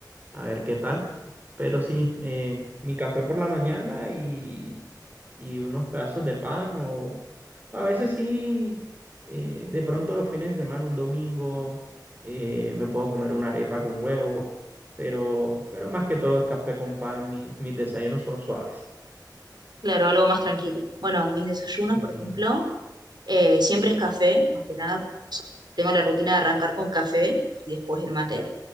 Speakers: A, on the right (about 25°); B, on the right (about 70°).
A: a ver qué tal. Pero sí, eh, mi café por la mañana y, y unos pedazos de pan o a veces sí, eh, de pronto los fines de semana, un domingo, eh, me puedo comer una arepa con huevo, pero, pero más que todo es café con pan, mi- mis desayunos son suaves.
B: Claro, algo más tranquilo. Bueno, mis desayunos,
A: Y
B: por ejemplo. Eh, siempre es café, más que nada. o sea, tengo la rutina de arrancar con café y después el mate,